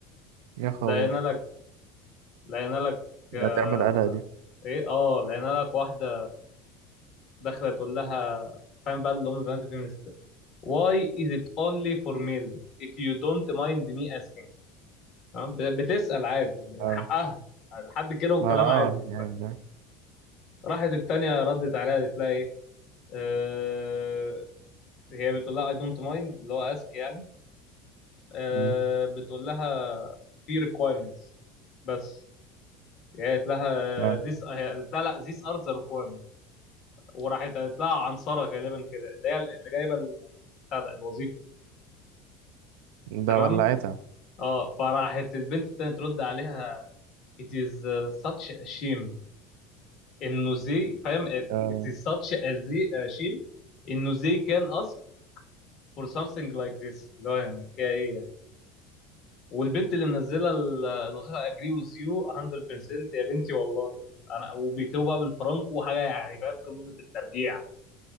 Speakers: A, on the right (about 80°); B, on the left (about 55°).
A: يا خبر
B: لقينا لك لقينا لك آه
A: ده تعمل قلق دي
B: ايه اه لقينا لك واحده داخله تقول لها فاهم بقى اللي هم البنات الفيمينست Why is it only for males if you don't mind me asking تمام؟ ب- بتسأل عادي
A: اه
B: حقها لحد كده والكلام
A: ما اه
B: عادي
A: يعني ده
B: راحت التانية ردت عليها قالت لها ايه آه هي بتقول لها I don't mind اللي هو ask يعني آه،
A: مم.
B: بتقول لها في requirements بس يعني قالت لها
A: اه
B: this هي قالت لها لا these are the requirements وراحت قالت لها عنصرة غالبا كده اللي هي اللي جايبة ال- بتاع ده، الوظيفة
A: ده
B: تمام
A: ولعتها
B: اه فراحت البنت التانية ترد عليها it is such a shame انه زي فاهم it
A: آه.
B: is such a زي- a shame انه زي can ask for something like this اللي هو يعني فيها ايه يعني؟ والبنت اللي منزله ال- الوظيفه اجري وذ يو 100% يا بنتي والله انا وبيكتبوا بقى بالفرنك وحاجه يعني فاهم قمه الترجيع